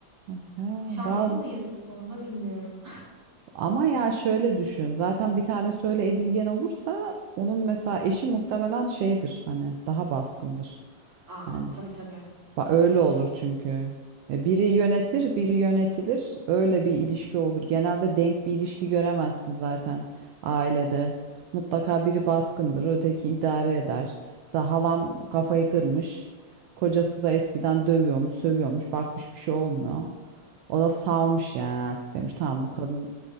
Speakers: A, on the right (about 85°); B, on the right (about 40°).
A: Ay Ya
B: Şanslı
A: bazı
B: mıyız bu konuda bilmiyorum.
A: ama ya şöyle düşün. Zaten bir tane söyle edilgen olursa onun mesela eşi muhtemelen şeydir hani daha baskındır.
B: <laughs> Aa,
A: Yani
B: tabii tabii.
A: Ba- Öyle
B: Tabii
A: olur
B: ki.
A: çünkü. E, Biri yönetir, biri yönetilir. Öyle bir ilişki olur. Genelde denk bir ilişki göremezsin zaten ailede. Mutlaka biri baskındır, öteki idare eder. Mesela halam kafayı kırmış. Kocası da eskiden dövüyormuş, sövüyormuş. Bakmış bir şey olmuyor. O da salmış yani artık demiş. Tamam bu kadın.